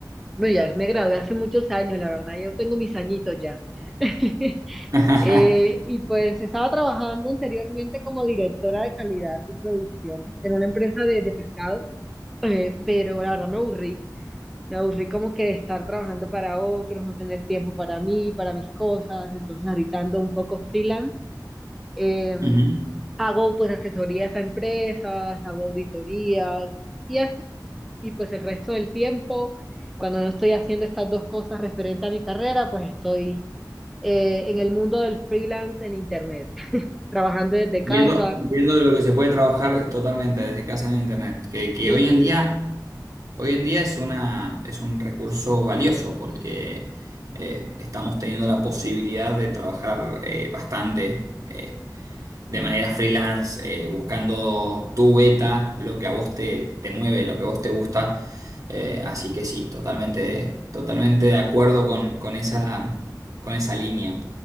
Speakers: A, in the centre; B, on the right.
A: bueno, ya me gradué hace muchos años, la verdad, yo tengo mis añitos ya. <laughs>
B: <laughs>
A: Eh, y pues estaba trabajando anteriormente como directora de calidad y producción en una empresa de, de pescado, eh, pero la verdad me aburrí. Me aburrí como que de estar trabajando para otros, no tener tiempo para mí, para mis cosas. Entonces ahorita ando un poco freelance. Eh,
B: Ujú.
A: hago pues asesorías a empresas, hago auditorías y así. Y pues el resto del tiempo, cuando no estoy haciendo estas dos cosas referente a mi carrera, pues estoy eh, en el mundo del freelance en internet, trabajando desde casa.
B: Viendo, viendo lo que se puede trabajar totalmente desde casa en internet, que, que
A: Sí,
B: hoy en
A: sí.
B: día, hoy en día es una, es un recurso valioso porque eh, estamos teniendo la posibilidad de trabajar eh, bastante. eh, de manera freelance, eh, buscando tu beta, lo que a vos te, te mueve, lo que a vos te gusta. Eh, así que sí, totalmente, totalmente de acuerdo con, con esa, con esa línea.